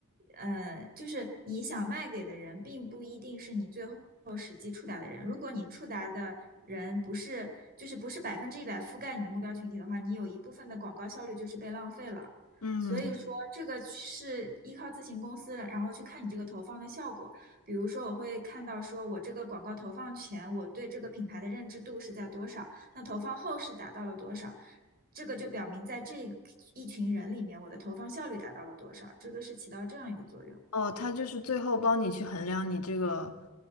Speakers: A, on the right; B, on the left.
A: 呃，就是你想卖给的人，并不一定是你最后实际触达的人。如果你触达的人不是，就是不是百分之一百覆盖你的目标群体的话，你有一部分的广告效率就是被浪费了。
B: 嗯，
A: 所以说，这个是依靠咨询公司的，然后去看你这个投放的效果。比如说，我会看到说我这个广告投放前，我对这个品牌的认知度是在多少，那投放后是达到了多少，这个就表明在这一群人里面，我的投放效率达到了多少，这个是起到这样一个作用。
B: 哦，他就是最后帮你去衡量你这个